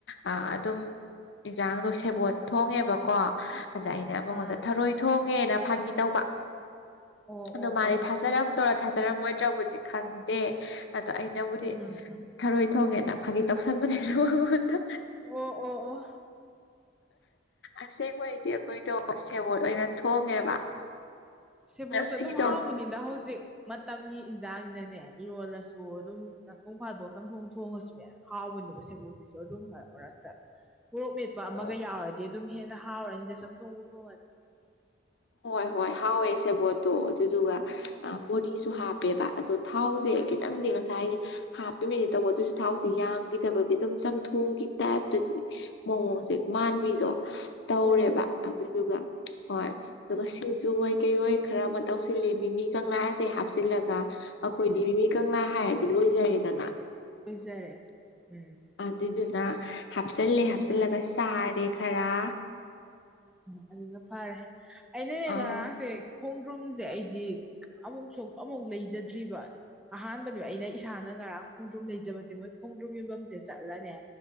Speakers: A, on the left (about 65°); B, in the centre.
A: ꯑꯥ ꯑꯗꯨꯝ ꯏꯟꯖꯥꯡꯗꯣ ꯁꯦꯕꯣꯠ ꯊꯣꯡꯉꯦꯕ ꯀꯣ ꯑꯗ ꯑꯩꯅ ꯃꯉꯣꯟꯗ
B: ꯑꯥ
A: ꯊꯔꯣꯏ ꯊꯣꯡꯉꯦꯅ ꯐꯥꯒꯤ ꯇꯧꯕ
B: ꯑꯣ
A: ꯑꯗꯣ
B: ꯑꯣ
A: ꯃꯥꯗꯤ
B: ꯑꯣ ꯑꯣ
A: ꯊꯥꯖꯔꯝꯗꯧꯔꯥ
B: ꯑꯣ
A: ꯊꯥꯖ ꯔꯝꯃꯣꯏꯗ꯭ꯔꯕꯨꯗꯤ ꯈꯪꯗꯦ ꯑꯗꯣ ꯑꯩꯅꯕꯨꯗꯤ
B: ꯎꯝ ꯎꯝ
A: ꯊꯔꯣꯏ ꯊꯣꯡꯉꯦꯅ ꯐꯥꯒꯤ ꯇꯧꯁꯟꯕꯅꯦ ꯃꯉꯣꯟꯗ
B: ꯑꯣ ꯑꯣ ꯑꯣ
A: ꯑꯁꯦꯡꯕꯩꯗꯤ ꯑꯩꯈꯣꯏꯗꯣ ꯁꯦꯕꯣꯠ ꯑꯣꯏꯅ ꯊꯣꯡꯉꯦꯕ
B: ꯁꯦꯕꯣꯠꯁꯨ
A: ꯉꯁꯤꯗꯣ
B: ꯑꯗꯨꯝ ꯍꯥꯎꯕꯅꯤꯗ ꯍꯧꯖꯤꯛ ꯃꯇꯝꯒꯤ ꯏꯟꯁꯥꯡꯁꯤꯅꯅꯦ ꯏꯔꯣꯜꯂꯁꯨ ꯑꯗꯨꯝ ꯅꯣꯡꯐꯥꯗꯣꯛ ꯆꯝꯊꯣꯡ ꯊꯣꯡꯉꯁꯨꯅꯦ ꯍꯥꯎꯕꯅꯦꯕ ꯁꯦꯕꯣꯠꯇꯤ ꯑꯩꯁꯨ ꯑꯗꯨꯝ ꯃꯔꯛ ꯃꯔꯛꯇ ꯃꯣꯔꯣꯛ ꯃꯦꯠꯄ ꯑꯃꯒ
A: ꯑꯣ,
B: ꯌꯥꯎꯔꯗꯤ ꯑꯗꯨꯝ ꯍꯦꯟꯅ ꯍꯥꯎꯔꯅꯤꯗ ꯆꯝꯊꯣꯡꯕꯨ ꯊꯣꯡꯉꯗꯤ
A: ꯍꯣꯏ ꯍꯣꯏ ꯍꯥꯎꯋꯦ ꯁꯦꯕꯣꯠꯇꯣ ꯑꯗꯨꯢꯗꯨꯒ ꯕꯣꯔꯤꯁꯨ ꯍꯥꯞꯄꯦꯕ ꯑꯗꯣ ꯊꯥꯎꯁꯦ ꯈꯤꯇꯪꯗꯤ ꯉꯁꯥꯏ ꯍꯥꯞꯄꯤꯃꯗꯤ ꯇꯧꯕ ꯑꯗꯨꯑꯣꯏꯁꯨ ꯊꯥꯎꯁꯤ ꯌꯥꯝꯒꯤꯗꯕꯒꯤ ꯑꯗꯨꯝ ꯆꯝꯊꯣꯡꯒꯤ ꯇꯥꯏꯞꯇꯗꯤ ꯃꯑꯣꯡꯁꯦ ꯃꯥꯟꯕꯤꯗꯣ ꯇꯧꯔꯦꯕ
B: ꯑꯣ ꯑꯣ ꯑꯣ
A: ꯑꯗꯨꯗꯨꯒ ꯍꯣꯏ ꯑꯗꯨꯒ ꯁꯤꯡ ꯨꯖꯨ ꯑꯣꯢ ꯀꯩ ꯑꯣꯏ ꯈꯔꯃꯠ ꯇꯧꯁꯤꯜꯂꯦ ꯃꯤꯃꯤ ꯀꯪꯂꯥꯁꯦ ꯍꯥꯞꯆꯤꯜꯂꯒ ꯑꯩꯈꯣꯏꯗꯤ ꯃꯤꯃꯤ ꯀꯪꯂꯥ ꯍꯥꯏꯔꯗꯤ ꯂꯣꯏꯖꯔꯦꯗꯅ
B: ꯂꯣꯏꯖꯔꯦ ꯎꯝ
A: ꯑꯗꯨꯏꯗꯨꯅ ꯍꯥꯞꯆꯤꯜꯂꯦ
B: ꯑꯗꯒꯤ
A: ꯍꯥꯞꯆꯤꯜꯂꯒ ꯆꯥꯔꯦ ꯈꯔ
B: ꯎꯝ ꯑꯗꯨꯅ ꯐꯔꯦ ꯑꯩꯅꯅꯦ
A: ꯑꯥ
B: ꯉꯔꯥꯡꯁꯦ ꯈꯣꯡꯗ꯭ꯔꯨꯝꯁꯦ ꯑꯩꯗꯤ ꯑꯃꯨꯛꯁꯨ ꯑꯃꯨꯛ ꯂꯩꯖꯗ꯭ꯔꯤꯕ ꯑꯍꯥꯟꯕꯅꯦ ꯑꯩꯅ ꯏꯁꯥꯅ ꯉꯔꯥꯡ ꯈꯣꯡꯗ꯭ꯔꯨꯝ ꯂꯩꯖꯕꯁꯦ ꯃꯣꯏ ꯈꯣꯡꯗ꯭ꯔꯨꯝ ꯌꯣꯟꯐꯝꯁꯦ ꯆꯠꯂꯅꯦ